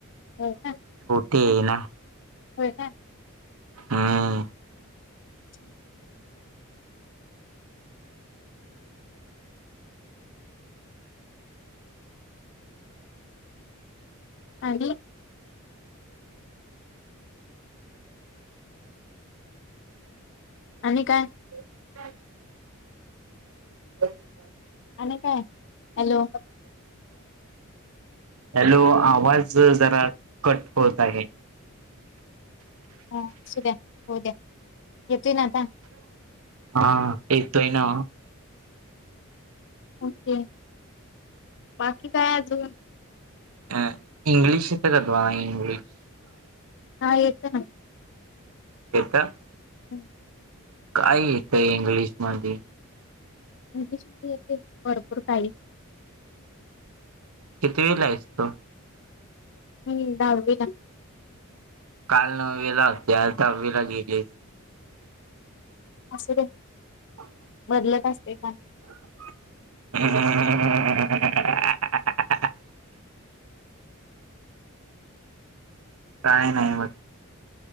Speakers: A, on the left; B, on the right.
A: हो काय.
B: ते एइना?
A: होय काय.
B: हां...
A: <inaudible> आणि आणि काय
B: ह <inaudible> ह <unintelligible>
A: आणि काय. हॅलो,
B: हॅलो, आवाज जरा कट होत आहे.
A: ह असू द्या होउद्या येतोय ना आता,
B: हा येतोय ना.
A: ओके. बाकी काय अजून,
B: अ इंग्लिश तर कधवा इंग्लिश <unintelligible>
A: हा येतं ना.
B: येतं.
A: हम् <unintelligible>
B: काय येतंय इंग्लिश मध्ये,
A: मुलींशी येथे भरपूर काळी
B: कितीविला आहेस तू?
A: हम्म, दहावीला
B: काल नववीला होती आज दहावीला गेलीस?
A: असू द्या
B: हो <unintelligible>
A: बदलत असते का
B: <unintelligible> काय नाही मग